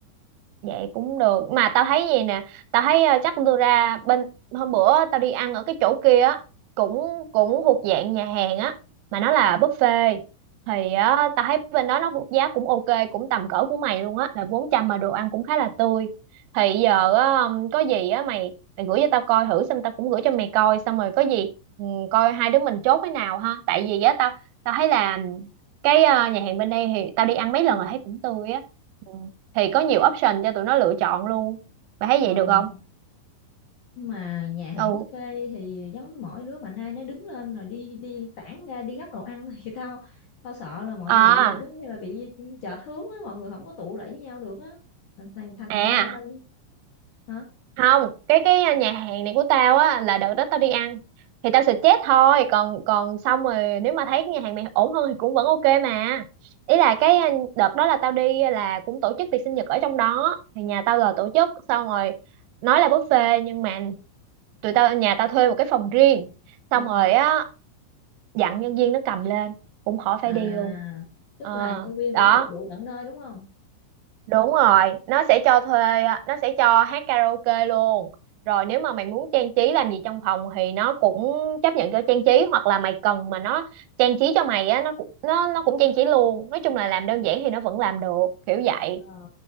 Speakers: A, on the right (about 90°); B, on the left (about 55°).
A: Vậy cũng được Mà tao thấy gì nè Tao thấy ờ, chắc tôi ra bên Hôm bữa tao đi ăn ở cái chỗ kia á Cũng cũng thuộc dạng nhà hàng á Mà nó là buffet Thì á, tao thấy bên đó nó giá cũng ok Cũng tầm cỡ của mày luôn á Là 400 mà đồ ăn cũng khá là tươi Thì giờ á, có gì á mày Mày gửi cho tao coi thử Xong tao cũng gửi cho mày coi Xong rồi có gì ừ, coi hai đứa mình chốt cái nào ha Tại vì á tao tao thấy là Cái ờ, nhà hàng bên đây thì tao đi ăn mấy lần
B: Ừ.
A: rồi thấy cũng tươi á Ừ thì có nhiều option cho tụi nó lựa chọn luôn bà thấy
B: ờ,
A: vậy được không
B: mà nhà hàng
A: ừ
B: buffet thì giống mỗi đứa mà nay nó đứng lên rồi đi đi tản ra đi gắp đồ ăn <laughs> thì tao tao sợ là mọi
A: à
B: người giống như là bị chệch hướng á mọi người không có tụ lại với nhau được á thành thành thành
A: à
B: ra tao hả
A: không cái cái nhà hàng này của tao á là đợt đó tao đi ăn thì tao suggest thôi còn còn xong rồi nếu mà thấy cái nhà hàng này ổn hơn thì cũng vẫn ok mà ý là cái ờ, đợt đó là tao đi là cũng tổ chức tiệc sinh nhật ở trong đó thì nhà tao là tổ chức xong rồi nói là buffet nhưng mà tụi tao nhà tao thuê một cái phòng riêng xong
B: ừ
A: rồi á dặn nhân viên nó cầm lên cũng khỏi
B: à
A: phải đi luôn
B: tức
A: ờ
B: là nhân viên
A: đó
B: cũng phục vụ tận nơi đúng không
A: đúng rồi nó sẽ cho thuê nó sẽ cho hát karaoke luôn rồi nếu mà mày muốn trang trí làm gì trong phòng thì nó cũng chấp nhận cho trang trí hoặc là mày cần mà nó trang trí cho mày á nó cũng- nó nó cũng trang trí luôn nói chung là làm đơn giản thì nó vẫn làm được kiểu vậy
B: Ờ,